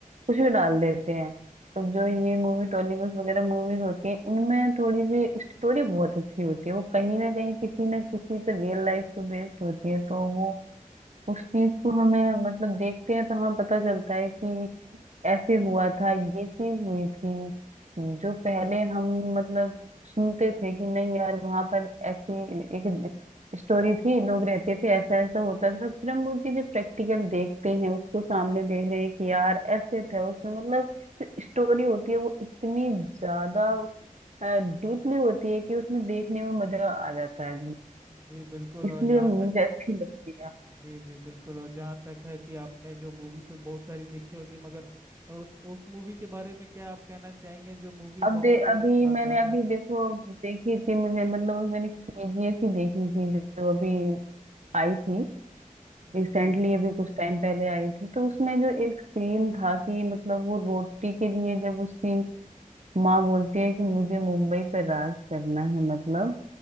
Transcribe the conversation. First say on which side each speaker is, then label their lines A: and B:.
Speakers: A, on the right; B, on the right.
A: कुछ भी डाल देते हैं तो जो ये मूवी टॉलीवुड वगैरह मूवीज होती हैं इनमें थोड़ी सी स्टोरी बहुत अच्छी होती है वो कहीं ना कहीं किसी ना किसी पर रियल लाइफ पे बेस्ड होती है तो वो उस चीज को हमें मतलब देखते हैं तो हमें पता चलता है कि ऐसे हुआ था ये चीज हुई थी जो पहले हम मतलब सुनते थे कि नहीं यार वहां पर ऐसी एक स्टोरी थी लोग रहते थे ऐसा ऐसा होता था फिर हम वो चीजें प्रैक्टिकल देखते हैं उसको सामने देख रहे हैं कि यार ऐसे थे उसमें मतलब जो स्टोरी होती है वो इतनी ज्यादा डीपली होती है कि उसमें देखने में मजा आ जाता है
B: जी बिल्कुल
A: इसलिए
B: और जहाँ
A: मुझे
B: तक
A: अच्छी लगती है
B: जी जी बिल्कुल और जहाँ तक है कि आपने जो मूवी तो बहुत सारी देखी होगी मगर उस उस मूवी के बारे में क्या आप कहना चाहेंगे जो मूवी
A: अब
B: बहुत
A: दे
B: शानदार
A: अभी मैंने अभी
B: रहती
A: देखो देखी थी मुझे मतलब अभी मैंने केजीएफ ही देखी थी जो जो अभी आई थी
B: हम्म,
A: रिसेंटली
B: जी
A: अभी कुछ टाइम पहले आई थी तो उसमें जो एक सीन था कि मतलब वो रोटी के लिए जब उसकी माँ बोलती है कि मुझे मुंबई पर राज करना है मतलब